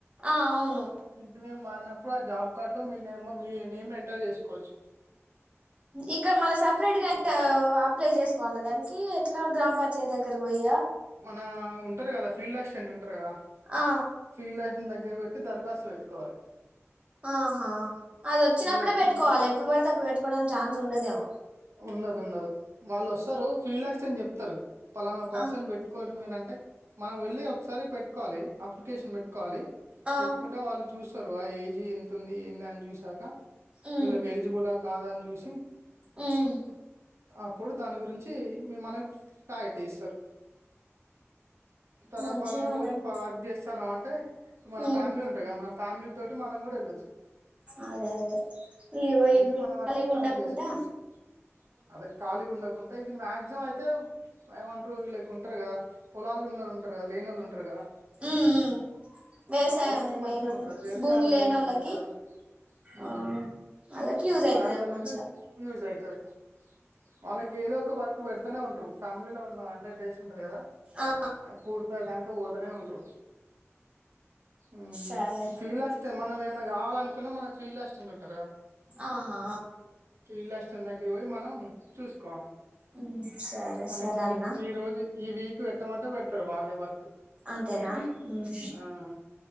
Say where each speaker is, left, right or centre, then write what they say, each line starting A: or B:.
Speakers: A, on the right; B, on the right.
A: ఆ అవును
B: ఇంటినే మారినప్పుడు, ఆ జాబ్ కార్డ్ లో మీ నేమ్ మీ నేమ్ ఎంటర్ చేసుకోవచ్చు.
A: ఇక్కడ మళ్ళ సపరేట్ గా అప్లై చేసుకోవాలా, దానికి ఎట్లా గ్రామ పంచాయతీ దగ్గర పోయి
B: మన ఉ ఉంటారు కద ఫీల్డ్ అసిట్టెంట్ ఉంటారు కదా
A: ఆ
B: ఫీల్డ్ అస్ దగ్గరట్టి దరఖాస్తు పెట్టుకోవాలి.
A: ఆహా అది వచ్చినప్పుడే
B: ఫీల్డ్ అసిస్టెంట్
A: పెట్టుకోవాలి. ఎప్పుడు పడితే అప్పుడు పెట్టుకోవడానికి ఛాన్స్ ఉండదేమో.
B: ఉండదు ఉండదు. వాళ్ళు వస్తారు ఫీల్డ్ అసిస్టెంట్ చెప్తారు. పలానా పర్సన్
A: ఆ
B: పెట్టుకోరు మీరు అం బట్ మనం వెళ్ళి ఒకసారి పెట్టుకోవాలి అప్లికేషన్ పెట్టుకోవాలి.
A: ఆ
B: పెట్టుకుంటే వాళ్ళు చూస్తారు. ఆ ఏజ్ ఎంతుంది, ఏందని చూసాక
A: ఉమ్
B: ఇళ్లకి ఎలజిబుల్ కాదా అని చూసి
A: ఉమ్
B: అప్పుడు దాని గురించి మనకు యా ఇట్ ఇస్ సార్ తర
A: మంచిదే
B: పలానా
A: అన్నట్టు
B: రోజు పలానా వర్క్ చేస్తాను అం ఎయ్ మన
A: ఉమ్
B: ఫ్యామిలీ ఉంటంది కదా, మన ఫ్యామిలీ తోటి మనం కూడా వెళ్లచ్చు
A: అదే అదే ఈ <unintelligible>
B: వెళ్ళి మన వర్క్
A: కాలీగా
B: మనం
A: ఉండకుండా
B: చేసుకోవచ్చు అదే కాలి ఉండకుంటా ఇది మాక్సిమం అయితే ఎమంటారు లైక్ ఉంటారు కదా. పొలాలు ఉన్నోళ్లు ఉంటారు కదా లేన్నోళ్లు ఉంటారు కదా.
A: ఉమ్ ఉమ్ వ్యవసాయం
B: వాళ్ళకి మంచిగా
A: లేనోళ్ళు
B: ఉంటంది వ్యవసాయం
A: భూమి లేనోళ్ళకి
B: లేనోళ్ళు ఉంటారు కదా. ఊ
A: ఆ వాళ్ళకి యూజ్ అయితది
B: అలాంటి వాళ్ళకి
A: మంచిగా
B: యూజ్ అయితాది. వాళ్ళకి ఏదో ఒక వర్క్ పెడుతనే ఉంటరు ఫ్యామిలీ లో ఉన్న హండ్రడ్ డేస్ ఉంటాది కదా.
A: ఆ
B: అవి పూర్తి అవడానికి. పోతానే ఉంట్రు. ఉమ్
A: సరే
B: ఫీల్ అస్తే మనం ఏమన్నా. కావాలనుకున్నా మనకి ఫీల్ వస్తుంటారు కదా.
A: ఆహా
B: ఫీల్డ్ అసిస్టెంట్ మనం చూసుకోవాలి
A: ఉమ్ సరే
B: మనకి
A: సరే అన్న
B: ఈ రోజు ఈ వీక్ పెట్టమంటే పెడతారు వాళ్ళే వర్క్.
A: అంతేనా ఉమ్
B: ఆ